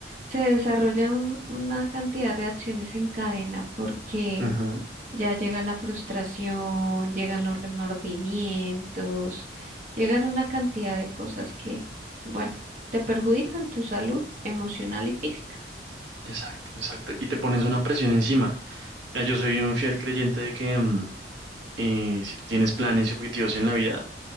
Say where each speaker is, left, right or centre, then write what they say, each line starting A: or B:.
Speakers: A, on the right (about 45°); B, on the right (about 85°).
A: se desarrolla un- una cantidad de reacciones en cadena porque
B: Ujú,
A: Ya llega la frustración, llegan los remordimientos, llegan una cantidad de cosas que, bueno, te perjudican tu salud emocional y física.
B: Exacto, exacto. Y te pones una presión encima. Mira, yo soy un fiel creyente de que mm, eh, si tú tienes planes y objetivos en la vida,